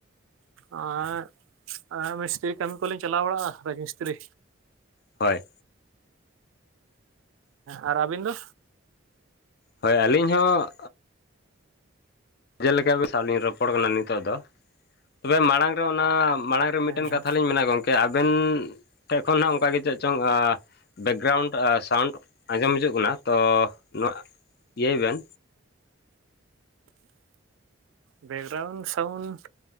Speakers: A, on the right; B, on the left.
A: ᱮᱸᱻ ᱢᱤᱥᱛᱨᱤ ᱠᱟᱹᱢᱤ ᱠᱚᱞᱤᱧ ᱪᱟᱞᱟᱣ ᱵᱟᱲᱟᱜᱼᱟ ᱨᱟᱡᱽ ᱢᱤᱥᱛᱨᱤ᱾
B: ᱦᱳᱭ
A: ᱟᱨ ᱟᱵᱤᱱ ᱫᱚ?
B: ᱦᱳᱭ ᱟᱹᱞᱤᱧ ᱦᱚᱸ ᱡᱮᱞᱮᱠᱟ ᱟᱵᱤ ᱥᱟᱶᱞᱤᱧ ᱨᱚᱯᱚᱲ ᱠᱟᱱᱟ ᱱᱤᱛᱚᱜ ᱫᱚ ᱛᱚᱵᱮ ᱢᱟᱲᱟᱝ ᱨᱮ ᱚᱱᱟ ᱢᱟᱲᱟᱝ ᱢᱤᱫᱴᱮᱱ
A: ᱦᱮᱸ ᱦᱮᱸ
B: ᱠᱟᱛᱷᱟ ᱞᱤᱧ ᱢᱮᱱᱟ ᱜᱚᱢᱠᱮ ᱟᱵᱮᱱ ᱴᱷᱮᱡ ᱠᱷᱚᱱ ᱦᱟᱸᱜ ᱚᱱᱠᱟ ᱜᱮ ᱪᱮᱫ ᱪᱚᱝ ᱟᱸ ᱵᱮᱠᱜᱨᱟᱣᱩᱱᱰ ᱥᱟᱣᱩᱱᱰ ᱟᱸᱡᱚᱢ ᱦᱤᱡᱩᱜ ᱠᱟᱱᱟ ᱛᱚ ᱱᱚᱣᱟ ᱤᱭᱟᱹᱭ ᱵᱮᱱ,
A: ᱵᱮᱠᱜᱨᱟᱣᱩᱱᱰ ᱥᱟᱣᱩᱱᱰ